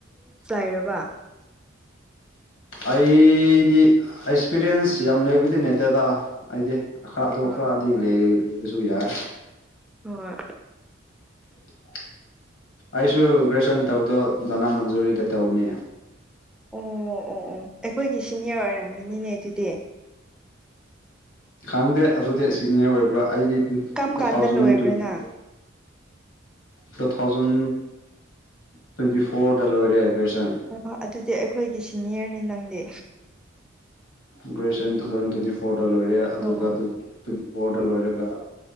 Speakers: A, in the centre; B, on the left.
A: ꯍꯥꯏꯔꯕ
B: ꯑꯩꯗꯤ ꯑꯦꯛꯁꯄꯤꯔꯤꯌꯦꯟꯁ ꯌꯥꯝ ꯂꯩꯕꯗꯤ ꯅꯠꯇꯦꯗꯥ ꯑꯩꯗꯤ ꯈꯔ ꯑꯗꯨ
A: ꯍꯣꯏ
B: ꯈꯔꯗꯤ ꯂꯩꯕꯁꯨ ꯌꯥꯏ
A: ꯍꯣꯏ
B: ꯎ ꯑꯩꯁꯨ ꯒ꯭ꯔꯦꯖꯨꯋꯦꯁꯟ ꯇꯧꯗꯣ ꯗꯥꯅꯥ ꯃꯟꯖꯨꯔꯤꯗ ꯇꯧꯅꯦ
A: ꯑꯣ ꯑꯣ ꯑꯣ ꯑꯩꯈꯣꯏꯒꯤ ꯁꯤꯅꯤꯌꯔ ꯑꯣꯏꯔꯝꯒꯅꯤꯅꯦ ꯑꯗꯨꯗꯤ
B: ꯈꯪꯗꯦ ꯑꯗꯨꯗ ꯁꯤꯒꯅꯤꯌꯔ ꯑꯣꯏꯕ꯭ꯔꯥ ꯑꯩꯗꯤ
A: ꯀꯔꯝ
B: ꯇꯨ
A: ꯀꯥꯟꯗ
B: ꯊꯥꯎꯖꯟ
A: ꯂꯣꯏꯕ꯭ꯔꯅ
B: ꯇ꯭ꯋꯦꯟꯇꯤꯣꯔ ꯇꯨ ꯊꯥꯎꯖꯟ ꯇ꯭ꯋꯦꯟꯇꯤ ꯐꯣꯔꯗ ꯂꯣꯏꯔꯦ ꯑꯩꯈꯣꯏꯁꯦ
A: ꯑꯣ ꯑꯗꯨꯗꯤ ꯑꯩꯈꯣꯏꯒꯤ ꯁꯤꯅꯤꯌꯔꯅꯤ ꯅꯪꯗꯤ
B: ꯒ꯭ꯔꯦꯖꯨꯋꯦꯁꯟ ꯇꯨ ꯊꯥꯎꯖꯟ ꯇ꯭ꯋꯦꯟꯇꯤ ꯐꯣꯔꯗ ꯂꯣꯏꯔꯦ ꯑꯗꯨꯒ
A: ꯑꯣ
B: ꯣꯔꯗ ꯂꯣꯏꯔꯒ